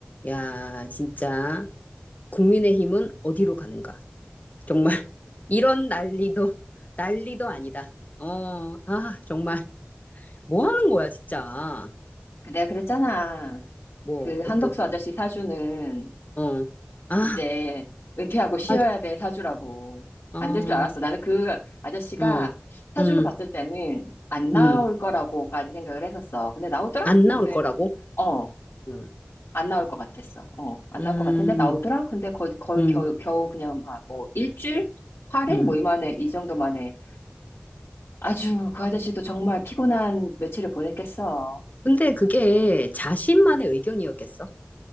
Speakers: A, on the left; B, on the left.
A: 야, 진짜 국민의힘은 어디로 가는가? 정말 <laughs> 이런 난리도 난리도 아니다. 어, 아, 정말 뭐 하는 거야, 진짜.
B: 그 내가 그랬잖아.
A: 뭐,
B: 그
A: 어떠,
B: 한덕수 아저씨 사주는
A: 어, 아,
B: 이제 은퇴하고 쉬어야
A: 맞아,
B: 돼 사주라고.
A: 어,
B: 안 될 줄 알았어. 나는 그 아저씨가
A: 어,
B: 사주로
A: 음,
B: 봤을 때는 안 나올
A: 음,
B: 거라고까지 생각을 했었어. 근데 나오더라?
A: 안 나올
B: 근데,
A: 거라고.
B: 어,
A: 음,
B: 안 나올 것 같았어. 어, 안
A: 음,
B: 나올 것 같은데 나오더라? 근데 거의, 거의
A: 음,
B: 겨우, 겨우 그냥 막 뭐 일주일? 8일?
A: 음.
B: 뭐 이만해, 이 정도 만에. 아주 그 아저씨도 정말 피곤한 며칠을 보냈겠어.
A: 근데 그게 자신만의 의견이었겠어?